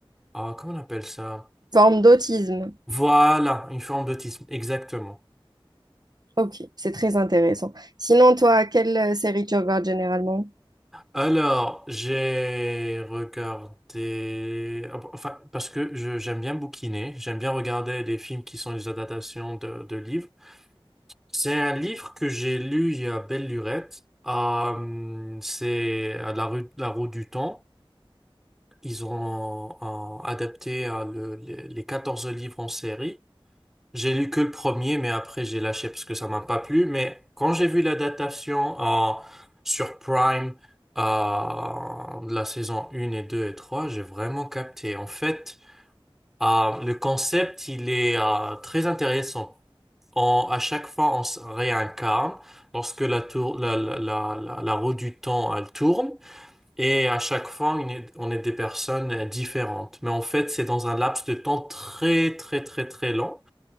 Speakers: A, in the centre; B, on the right (about 45°).
A: euh, comment on appelle ça?
B: forme d'autisme.
A: Voilà, une forme d'autisme, exactement.
B: Ok, c'est très intéressant. Sinon, toi, quelle euh, série tu regardes généralement?
A: Alors, j'ai regardé, enfin, parce que je- j'aime bien bouquiner, j'aime bien regarder des films qui sont des adaptations de, de livres. C'est un livre que j'ai lu il y a belle lurette. Euh, c'est à la rue, la roue du temps. Ils ont euh, adapté euh, le- les, les 14 livres en série. J'ai lu que le premier, mais après j'ai lâché parce que ça m'a pas plu. Mais quand j'ai vu l'adaptation euh, sur Prime euh, de la saison 1 et 2 et 3, j'ai vraiment capté. En fait, euh, le concept, il est euh, très intéressant. On, à chaque fois, on se réincarne lorsque la, tour, la, la, la, la- la roue du temps, elle tourne. Et à chaque fois, on est, on est des personnes euh, différentes. Mais en fait, c'est dans un laps de temps très, très, très, très long.